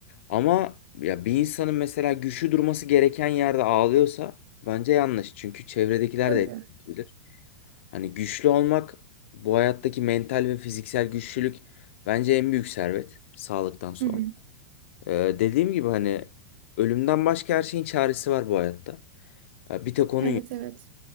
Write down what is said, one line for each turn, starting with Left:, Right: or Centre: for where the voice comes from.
Left: Ama ya bir insanın mesela güçlü durması gereken yerde ağlıyorsa bence yanlış. Çünkü çevredekiler
Right: Tabii.
Left: de etkileyebilir. Hani güçlü olmak bu hayattaki mental ve fiziksel güçlülük bence en büyük servet sağlıktan sonra.
Right: Hı hı.
Left: Ee, dediğim gibi hani ölümden başka her şeyin çaresi var bu hayatta. Ya Bir tek onun
Right: Evet
Left: yok.
Right: evet.